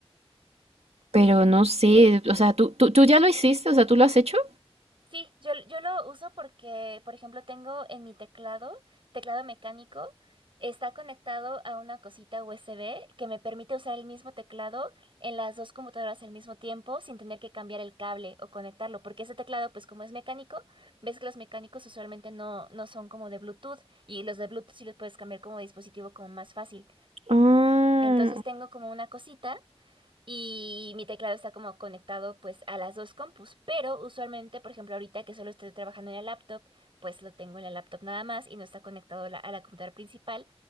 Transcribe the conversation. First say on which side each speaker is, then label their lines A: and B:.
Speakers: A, on the right (about 80°); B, on the right (about 55°).
A: Pero no sé, o sea, ¿tú, tú, tú ya lo hiciste? O sea, ¿tú lo has hecho?
B: Sí, yo, yo lo uso porque, por ejemplo, tengo en mi teclado, teclado mecánico, está conectado a una cosita USB que me permite usar el mismo teclado en las dos computadoras al mismo tiempo sin tener que cambiar el cable o conectarlo, porque ese teclado, pues como es mecánico, ves que los mecánicos usualmente no, no son como de Bluetooth y los de Bluetooth sí los puedes cambiar como dispositivo como más fácil.
A: Ah,
B: Entonces tengo como una cosita. Y mi teclado está como conectado pues a las dos compus, pero usualmente, por ejemplo, ahorita que solo estoy trabajando en la laptop, pues lo tengo en la laptop nada más y no está conectado la- a la computadora principal.